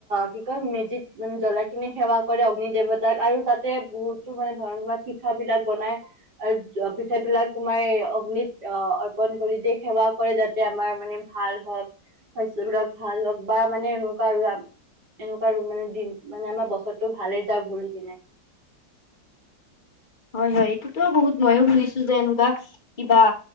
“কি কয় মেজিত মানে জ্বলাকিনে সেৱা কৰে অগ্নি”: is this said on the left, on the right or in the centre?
Right